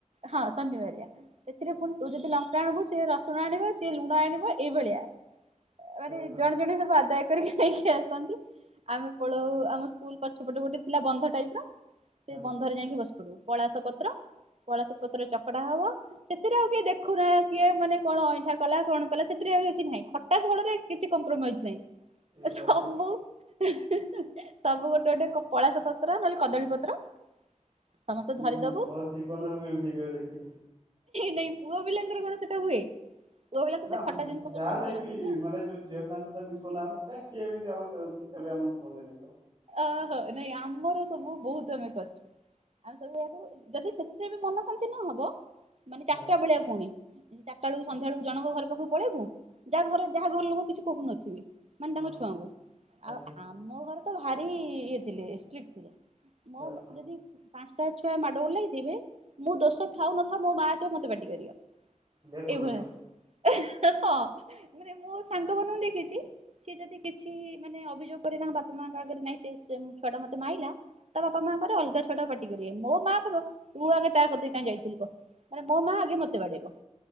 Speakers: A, on the right; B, on the right.
A: ହଁ ଶନିବାରିଆ। ସେଥିରେ ପୁଣି ତୁ ଯଦି ଲଙ୍କା ଆଣିବୁ ସିଏ ରସୁଣ ଆଣିବା ସିଏ ଲୁଣ ଆଣିବା ଏଇଭଳିଆ।
B: ହଁ
A: ମାନେ ଜଣେ ଜଣେ ସବୁ ଆଦାୟ କରିକି ନେଇକି ଆସନ୍ତି। ଆମେ ପଳଉ ଆମ ସ୍କୁଲ ପଛପଟୁ ଗୋଟେ ଥିଲା ବନ୍ଧ ଟାଇପ ର
B: ହଁ
A: ସେ ବନ୍ଧରେ ଯାଇକି ବସିପଡୁ। ପଳାସ ପତ୍ର ପଳାସ ପତ୍ରଏ ଚକଡା ହବ। ସେଥିରେ ଆଉ କିଏ ଦେଖୁନା କିଏ ମାନେ କଣ ଅଇଁଠା କଲା କଣ କଲା ସେଥିରେ ଆଉ କିଛି ନାହିଁ। ଖଟା ଝୋଳରେ କିଛି କମ୍ପ୍ରୋମାଇଜି ନାହିଁ।
B: ଇଲୋ
A: ସବୁ
B: ବାପ
A: ସବୁ ଗୋଟେ ଗୋଟେ ପଳାସ ପତ୍ର ନହେଲେ କଦଳୀ ପତ୍ର ସମସ୍ତେ ଧରିଦବୁ
B: ନା ମୋ ଜୀବନ ରେ ମୁଁ ଏମିତି କେବେ ଦେଖିନି।
A: ନାଇଁ ପୁଅ ପିଲାଙ୍କର କଣ ସେଟା ହୁଏ? ପୁଅ ପିଲା ତତେ
B: ନାଁ
A: ଖଟା ଜିନିଷ
B: ଯାହାହେଲେ
A: ପସନ୍ଦ କରନ୍ତିନି
B: ବି
A: ନା
B: ମାନେ ଯୋଉ ଝିଅ ପିଲାଙ୍କ ସହିତ ମିଶି ଥୁନୁ ଆମେ କାଇଁ ସିଏ ଏମିତି ଆମକୁ <unintelligible> କେବେ ଆମକୁ କୁହନ୍ତିନି ତ।
A: ଅହ ନାଇଁ ଆମର ସବୁ ବହୁତ ଆମେ କରିଚୁ ଆମେ ସବୁକୁ ଯଦି ସେ <unintelligible> ମନ ଶାନ୍ତି ନ ହବ ମାନେ ଚାଟା
B: ହଁ
A: ବେଳିଆ ପୁଣି। ଚାରିଟା ବେଳୁକୁ ସନ୍ଧ୍ୟା ବେଳୁକୁ ଜଣଙ୍କ ଘର ପାଖକୁ ପଳେଇବୁ। ଯାହା ଘରେ ଯାହା ଘର ଲୋକ କିଛି କହୁନଥିବେ। ମାନେ ତାଙ୍କ
B: ଓହୋ
A: ଛୁଆଙ୍କୁ
B: ଆଚ୍ଛା
A: ଆଉ ଆମ ଘରେ ତ ଭାରି ଇଏ ଥିଲେ ଷ୍ଟ୍ରିଟ ଥିଲେ। ମୋ
B: ହଁ
A: ମ ଯଦି ପାଞ୍ଚଟା ଛୁଆ ମାଡ ଗୋଳ ଲାଗିଥିବେ ମୁଁ ଦୋଷ ଥାଉ ନଥାଉ ମୋ ମା ଆସିବ ମତେ ପାଟି କରିବ।
B: ଦିଅ କୁଟି
A: ଏଭଳିଆ
B: ଦିଅ
A: ହଁ ମାନେ ମୋ ସାଙ୍ଗ ମାନଙ୍କୁ ଦେଖିଚି ସିଏ ଯଦି କିଛି ମାନେ ଅଭିଯୋଗ କରିବେ ତାଙ୍କ ବାପା ମା <unintelligible> ନାଇଁ ସେ ସେ ଛୁଆ ଟା ମତେ ମାଇଲା ତା ବାପା ମାଆ ଙ୍କ ର ଅଲଗା ଛୁଆଟାକୁ ପାଟି କରିବେ ମୋ ମା କହିବ ତୁ ଆଗେ ତା କତିକି କାହିଁ ଯାଇଥିଲୁ କହ। ମାନେ ମୋ ମା ଆଗେ ମତେ ବାଡେଇବ।